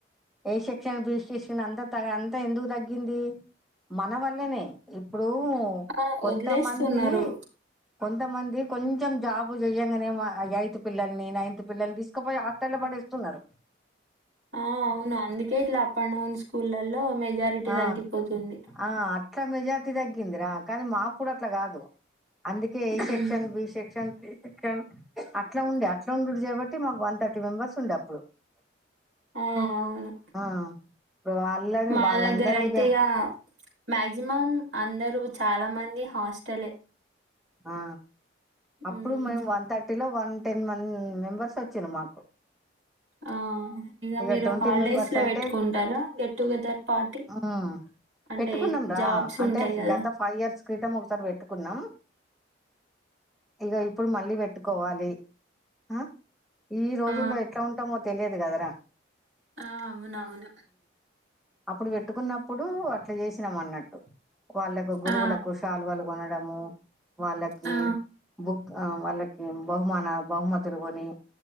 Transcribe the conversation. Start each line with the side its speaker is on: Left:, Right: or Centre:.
Centre: ఏ షేక్షన్ బి సెక్షన్ అంత త అంత ఎందుకు తగ్గింది. మన వల్లనే ఇప్పుడు
Right: ఆ!
Centre: కొంతమంది
Right: వదిలేస్తున్నారు.
Centre: కొంతమంది కొంచెం జాబు చెయ్యంగానే ఎయిత్ పిల్లల్ని, నైన్త్ పిల్లల్ని తీసుకపోయి హాస్టల్లా పడేస్తున్నరు
Right: ఆ అవును అందుకే ఇట్లా అప్ డౌన్ స్కూళ్లలో మెజారిటీ
Centre: ఆ
Right: తగ్గిపోతుంది.
Centre: ఆ అట్లా మెజార్టీ తగ్గిందిరా కానీ మాప్పుడు అట్ల కాదు అందుకే A
Right: um
Centre: section B section A section అట్లా ఉండే అట్లా ఉండుడు చేపట్టి మాకు వన్ థర్టీ మెంబర్స్ ఉండే అప్పుడు
Right: ఆ అవును
Centre: ఆ ఇప్పుడు వాళ్ళని
Right: మా
Centre: వాళ్ళందరంగా
Right: దగ్గర అయితే ఇగ మాక్సిమం అందరు చాలా మంది హాస్టలే
Centre: ఆ అప్పుడు
Right: ఉమ్
Centre: మేము వన్ థర్టీ లో వన్ టెన్ మేం మెంబర్స్ వచ్చెది మాకు
Right: ఆ ఇగ
Centre: ఇక
Right: మీరు
Centre: ట్వంటీ
Right: హాలిడేస్
Centre: మెంబర్స్
Right: లో
Centre: అంటే
Right: పెట్టుకుంటరా get together party
Centre: um
Right: అంటే
Centre: పెట్టుకున్నాం రా
Right: జాబ్స్
Centre: అంటే
Right: ఉంటాయి కదా
Centre: గత ఫైవ్ ఇయర్స్ క్రితం ఒకసారి పెట్టుకున్నాం ఇగ ఇప్పుడు మళ్ళీ పెట్టుకోవాలి. ఆ ఇన్ని రోజుల్లో
Right: ఆ
Centre: ఎట్లా ఉంటామో తెలియదు గదరా
Right: ఆ అవునవును
Centre: అప్పుడు పెట్టుకున్నప్పుడు అట్లా చేసినం అన్నట్టు వాళ్ళకు గురువులకు
Right: ఆ
Centre: షాలువలు కొనడము వాళ్ళకి
Right: ఆ
Centre: బు ఆ వాళ్ళకి బహుమాన బహుమతులు కొని